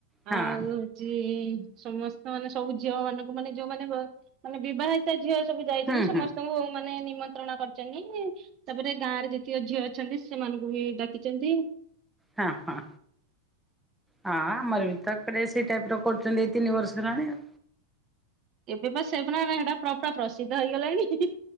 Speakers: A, in the centre; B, on the right.
A: ହଁ
B: ଆଉ ହୋଉଚି ସମସ୍ତ ମାନେ ସବୁ ଝିଅ ମାନଙ୍କୁ ମାନେ ଯୋଉମାନେ ମାନେ ବିବାହିତ ଝିଅ ସବୁ ଯାଇଚନ୍ତି
A: ହୁଁ
B: ସମସ୍ତଙ୍କୁ
A: ହୁଁ
B: ମାନେ ନିମନ୍ତ ଣ କରିଚନ୍ତି ତାପରେ ଗାଁରେ ଯେତିକି ଝିଅ ଅଛନ୍ତି ସେମାନଙ୍କୁ ବି ଡାକିଚନ୍ତି।
A: ହଁ ହଁ। ହଁ ଆମର ବି ତ କଡେ ସେଇ ଟାଇପ୍ ର କରୁଚନ୍ତି ଏଇ ତିନି ବର୍ଷହେଲାଣି ଆଉ।
B: ଏବେ ପା ସେପ ନାରେ ହେଟା ପ୍ର ପ୍ରସିଦ୍ଧ ହେଇଗଲାଣି।